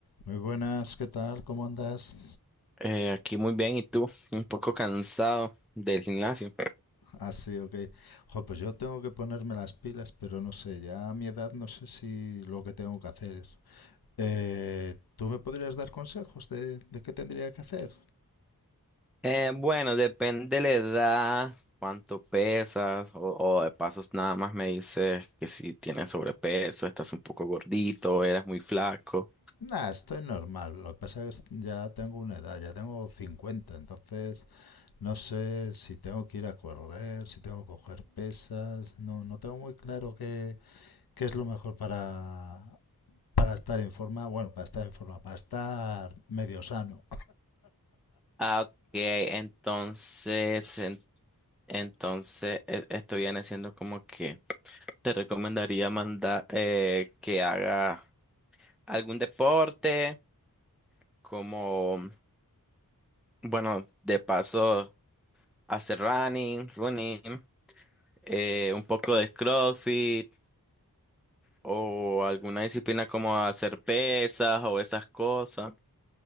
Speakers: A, on the left; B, in the centre.
A: Muy buenas, ¿qué tal? ¿Cómo andas?
B: Eh, aquí muy bien, ¿y tú? Un poco cansado del gimnasio.
A: Ah, sí, ok. Jo, pues yo tengo que ponerme las pilas, pero no sé, ya a mi edad no sé si lo que tengo que hacer. Eh, ¿tú me podrías dar consejos de, de qué tendría que hacer?
B: Eh, bueno, depende de la edad, cuánto pesas, o, o de pasos nada más me dices que si tienes sobrepeso, estás un poco gordito, eras muy flaco.
A: Nah, estoy normal. Lo que pasa es que ya tengo una edad, ya tengo 50, entonces no sé si tengo que ir a correr, si tengo que coger pesas, no, no tengo muy claro qué, qué es lo mejor para, para estar en forma, bueno, para estar en forma, para estar medio sano.
B: Ah, ok, entonces, en- entonces e- esto viene siendo como que te recomendaría mandar eh, que haga algún deporte, como, bueno, de paso. hacer running, running, eh, un poco de CrossFit o alguna disciplina como hacer pesas o esas cosas.